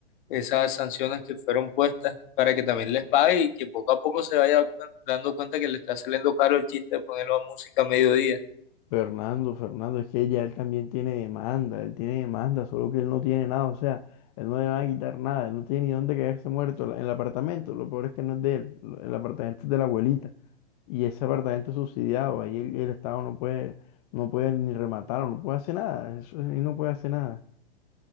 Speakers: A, on the left; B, on the left.
A: esas sanciones que fueron puestas para que también les pague y que poco a poco se vaya cu- dando cuenta que le está saliendo caro el chiste de ponerlo a música a mediodía.
B: Fernando, Fernando, es que ya él también tiene demanda, él tiene demanda, solo que él no tiene nada, o sea, él no le van a quitar nada, él no tiene ni dónde quedarse muerto, la- el apartamento, lo peor es que no es de él, lo- el apartamento es de la abuelita. y ese apartamento es subsidiado, ahí el, el Estado no puede, no puede ni rematarlo, no puede hacer nada, eso, ahí no puede hacer nada.